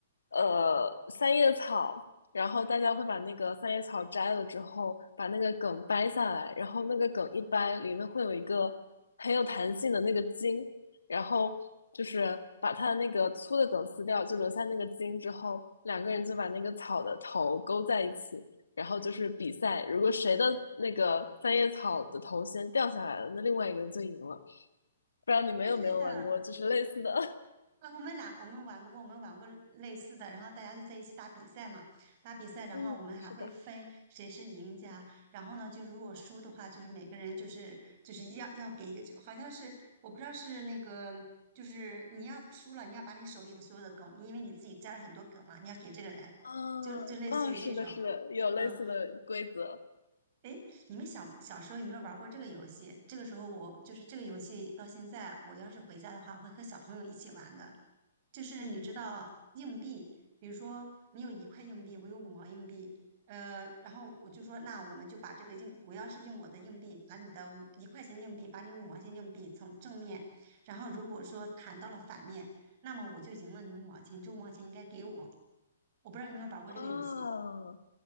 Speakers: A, on the left; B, on the right.
A: 呃三叶草，然后大家会把那个三叶草摘了之后，把那个梗掰下来，然后那个梗一掰，里面会有一个很有弹性的那个筋，然后就是把它的那个粗的梗撕掉，就留下那个筋之后，两个人就把那个草的头勾在一起，然后就是比赛，如果谁的那个三叶草的头先掉下来了，那另外一个人就赢了。不知道你们有没有玩过，
B: 对对对的，
A: 就是类似的。<laughs>
B: 啊，我们俩我们玩过，我们玩过类似的，然后大家就在一起打比赛嘛，打比赛，然后我们还会分谁是赢家，
A: 嗯，是的，
B: 然后呢，就是如果输的话，就是每个人就是就是要要给一个就好像是我不知道是那个，就是你要输了，你要把你手里的所有的梗，你因为你自己加了很多梗嘛，你要给这个人，
A: 啊
B: 就就类似于这种，
A: 啊，是的，是的，有类似的规则。
B: 嗯。诶，你们小小时候有没有玩过这个游戏？这个时候我就是这个游戏到现在，我要是回家的话，会和小朋友一起玩的。就是你知道硬币，
A: 嗯，
B: 比如说你有一块硬币，我有五毛硬币，呃，然后我就说那我们就把这个硬，我要是用我的硬币把你的五一块钱硬币，把你五毛钱硬币从正面，然后如果说弹到了反面，那么我就赢了你五毛钱，你这五毛钱应该给我。我不知道你有没有玩过这个游戏。
A: 啊，